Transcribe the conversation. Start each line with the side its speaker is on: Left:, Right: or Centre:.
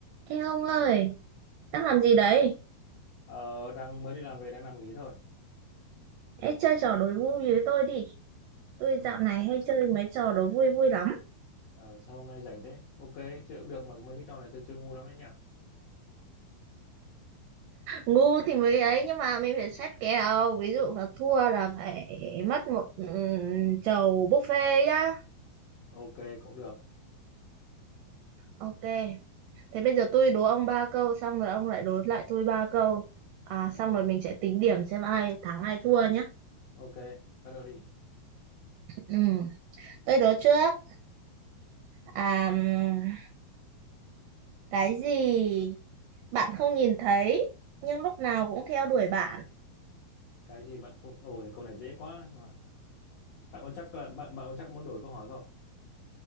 Right: Ê ông ơi, đang làm gì đấy?
Left: Ờ, đang mới đi làm về đang nằm nghỉ thôi.
Right: Ê, chơi trò đố vui với tôi đi. Tôi
Left: Sao
Right: dạo
Left: lại
Right: này hay chơi mấy trò đố vui vui lắm.
Left: ờ, sao hôm nay rảnh thế? Ok, chơi cũng được mà mấy cái trò này tôi chơi ngu lắm đấy nhỉ.
Right: Ngu thì mới ấy, nhưng mà mình phải xét kèo. Ví dụ là thua là phải mất một ừm, chầu buffet nhá.
Left: Ok cũng được.
Right: Ok, thế bây giờ tôi đố ông ba câu, xong rồi ông lại đố lại tôi ba câu. À,
Left: Ừ,
Right: xong rồi mình sẽ tính điểm xem ai thắng ai thua nhá.
Left: ok, bắt đầu đi.
Right: Ừ, tôi đố trước. À, ừm, cái gì bạn không nhìn thấy, nhưng lúc nào cũng theo đuổi bạn?
Left: Cái gì bạn cũng Ôi, câu này dễ quá nhưng mà bạn có chắc là bạn bạn có chắc muốn đổi câu hỏi không?